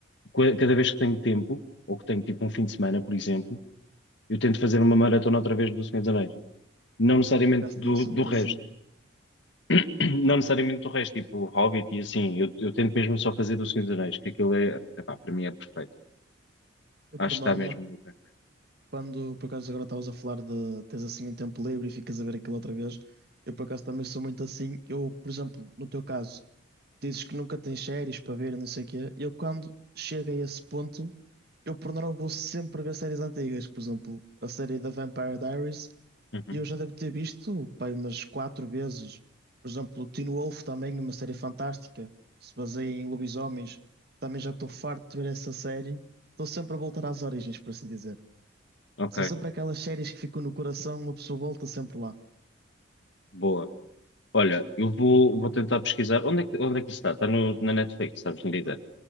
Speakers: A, on the left; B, on the right.
A: qua- cada vez que tenho tempo, ou que tenho tipo um fim de semana, por exemplo, eu tento fazer uma maratona outra vez do Senhor dos Anéis. Não necessariamente
B: acaso
A: do,
B: também sou
A: do
B: muito
A: resto.
B: assim.
A: <clears throat> Não necessariamente do resto, tipo Hobbit e assim. Eu, eu tento mesmo só fazer do Senhor dos Anéis, que aquilo é, epá, para mim é perfeito.
B: Eu,
A: Acho
B: por
A: que
B: norma,
A: está mesmo muito bem
B: quando por acaso agora estavas a falar de tens assim um tempo livre e ficas a ver aquilo outra vez, eu por acaso também sou muito assim. Eu, por exemplo, no teu caso, dizes que nunca tens séries para ver e não sei o quê. Eu, quando chego a esse ponto, eu por norma vou sempre ver séries antigas. Por exemplo, a série da Vampire Diaries.
A: feito.
B: Eu
A: Uhum.
B: já devo ter visto, pai, umas quatro vezes. Por exemplo, o Teen Wolf também, uma série fantástica, que se baseia em lobisomens. Também já estou farto de ver essa série. Estou sempre a voltar às origens, por assim dizer.
A: Ok,
B: São sempre aquelas séries que ficam no coração, uma pessoa volta sempre lá.
A: boa. Olha, eu vou, vou tentar pesquisar. Onde é que, onde é que isso está? Está no, na Netflix, sabes me dizer?